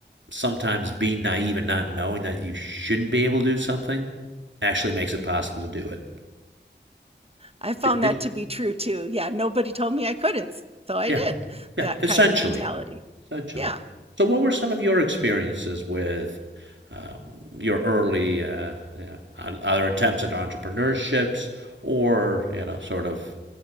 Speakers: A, on the right (about 80°); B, on the right (about 30°).
A: sometimes being naive and not knowing that you shouldn't be able to do something actually makes it possible to do it.
B: I found
A: Did, did
B: that to be true too. Yeah, nobody told me I couldn't, so I
A: yeah,
B: did.
A: yeah,
B: That
A: essentially.
B: kind of mentality.
A: Essentially.
B: Yeah.
A: So, what were some of your experiences with um, your early uh, you know, o- other attempts at entrepreneurships or you know sort of